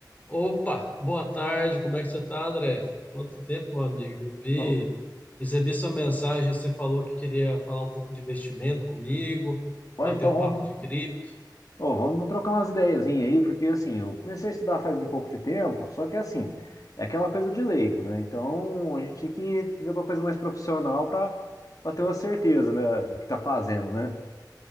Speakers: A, on the left (about 20°); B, on the left (about 55°).
A: Opa, boa tarde, como é que você tá, André? Quanto tempo, meu amigo? Eu vi,
B: Ou
A: recebi sua mensagem, você falou que queria falar um pouco de investimento comigo,
B: ou
A: bater
B: então
A: um
B: vamos,
A: papo de cripto.
B: ou vamos trocar umas ideiazinhas aí, porque assim, eu comecei a estudar faz um pouco de tempo, só que assim, é aquela coisa de leigo, né? Então a gente tinha que ver uma coisa mais profissional para para ter uma certeza, né, do que tá fazendo, né?